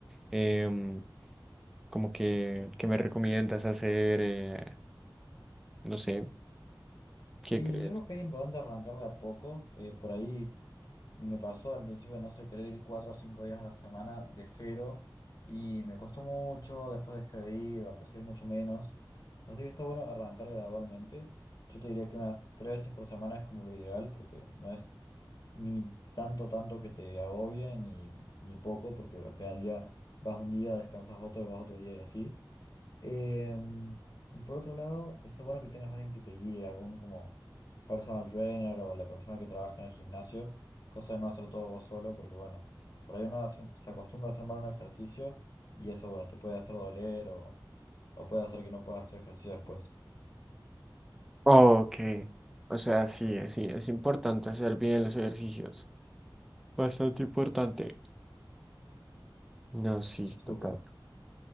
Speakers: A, in the centre; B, on the left.
A: em, como que, que me recomiendas hacer, eh, no sé, ¿qué
B: Y
A: crees?
B: yo creo que es importante arrancar de a poco. eh, por ahí. Me pasó al principio, no sé, querer ir cuatro o cinco días a la semana de cero y me costó mucho, después dejé de ir o empecé a ir mucho menos. Así que está bueno arrancar gradualmente. Yo te diría que unas tres veces por semana es como lo ideal porque no es ni tanto, tanto que te agobie ni, ni poco porque al final del día vas un día, descansas otro, vas otro día y así. Em, y por otro lado, está bueno que tengas alguien que te guíe, algún como personal trainer o la persona que trabaja en el gimnasio, cosa de no hacer todo vos solo, porque bueno, por ahí uno hace- se acostumbra a hacer mal un ejercicio y eso, bueno, te puede hacer doler o, o puede hacer que no puedas hacer ejercicio después.
A: Ok, o sea, sí, sí, es importante hacer bien los ejercicios. Bastante importante. No, sí, total.
B: Súper.